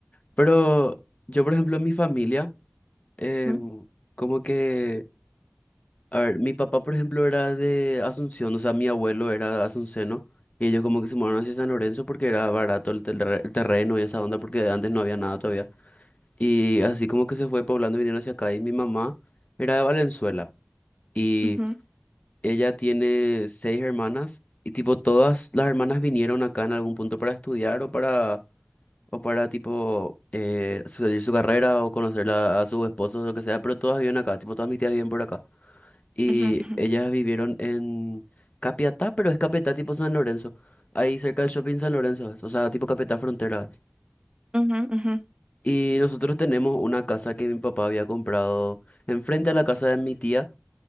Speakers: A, on the left (about 35°); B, on the right (about 20°).
A: Pero yo, por ejemplo, en mi familia, em,
B: Ujú,
A: como que, a ver, mi papá, por ejemplo, era de Asunción, o sea, mi abuelo era asunceno, y ellos como que se mudaron hacia San Lorenzo porque era barato el, terre- el terreno y esa onda, porque antes no había nada todavía. Y así como que se fue poblando, vinieron hacia acá, y mi mamá era de Valenzuela, y
B: ujú,
A: ella tiene seis hermanas, y tipo todas las hermanas vinieron acá en algún punto para estudiar o para o para tipo eh, seguir su carrera o conocerla a su esposo o lo que sea, pero todas viven acá, tipo todas mis tías viven por acá. Y
B: ujú, ujú,
A: ellas vivieron en Capiatá, pero es Capiatá tipo San Lorenzo, ahí cerca del shopping San Lorenzo, es, o sea, tipo Capiatá Frontera. es.
B: ujú, ujú.
A: Y nosotros tenemos una casa que mi papá había comprado enfrente a la casa de mi tía,